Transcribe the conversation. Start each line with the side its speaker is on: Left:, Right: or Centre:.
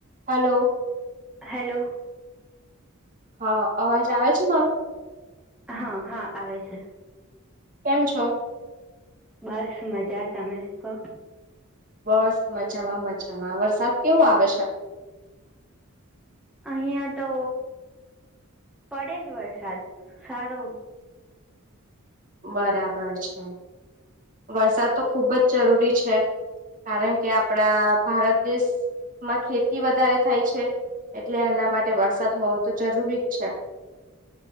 Right: હલો
Centre: હલો
Right: હા અવાજ આવે છે મારો
Centre: હા હા આવે છે.
Right: કેમ છો.
Centre: બસ મજા તમે કહો
Right: બસ મજામાં મજામાં વરસાદ કેવું આવે છે.
Centre: અહિયાં તો પડે છે વરસાદ સારો
Right: બરાબર છે વરસાદ તો ખુબ જ જરૂરી છે. કારણ કે આપડા ભારત દેશ માં ખેતી વધારે થાય છે એટલે એના માટે વરસાદ હોવો તો જરૂરી જ છે.